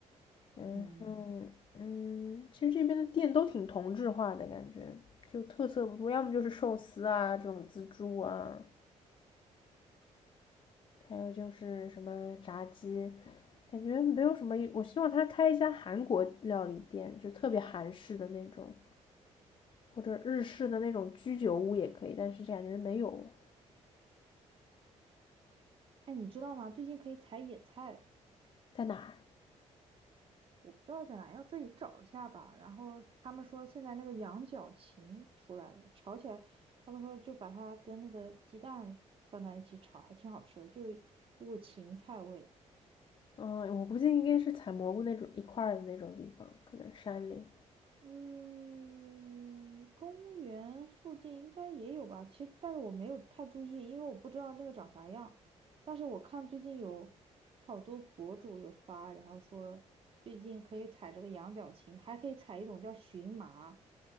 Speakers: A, on the left; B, on the right.
A: 嗯哼，
B: 嗯，
A: 嗯，其实这边的店都挺同质化的感觉，就特色不多，要么就是寿司啊这种自助啊，还有就是什么炸鸡，感觉没有什么。我希望他开一家韩国料理店，就特别韩式的那种，或者日式的那种居酒屋也可以，但是感觉没有。
B: 哎，你知道吗？最近可以采野菜了。
A: 在哪儿？
B: 我不知道在哪，要自己找一下吧。然后他们说现在那个羊角芹出来了，炒起来，他们说就把它跟那个鸡蛋放在一起炒，还挺好吃的，就有股芹菜味。
A: 嗯，我估计应该是采蘑菇那种一块儿的那种地方，可能山里。
B: 嗯，公园附近应该也有吧。其实，但是我没有太注意，因为我不知道那个长啥样。但是我看最近有好多博主有发，然后说最近可以采这个羊角芹，还可以采一种叫荨麻，